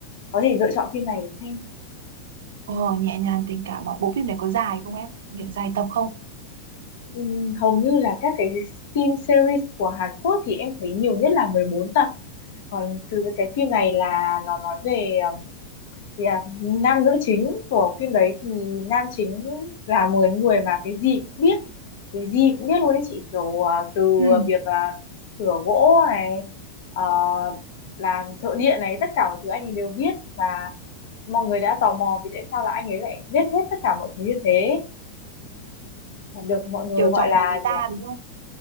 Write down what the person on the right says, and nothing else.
Ồ, nhẹ nhàng tình cảm mà bộ phim này có dài không em? Kiểu dài tập không?
Ừ.
Kiểu
chồng
nhà người ta
đúng không?